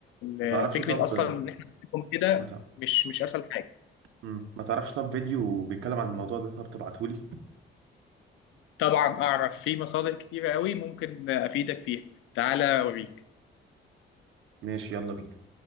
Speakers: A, on the right; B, on the left.
A: ما
B: آه،
A: تعرفش
B: فكره
A: طب
B: اصلا ان احنا نسيبهم كده
A: ما تع...
B: مش مش اسهل حاجه
A: مم. ما تعرفش طب فيديو بيتكلم عن الموضوع ده طب تبعتهولي
B: طبعا اعرف في مصادر كتيره قوي ممكن افيدك فيها تعالى اوريك
A: ماشي يلا بينا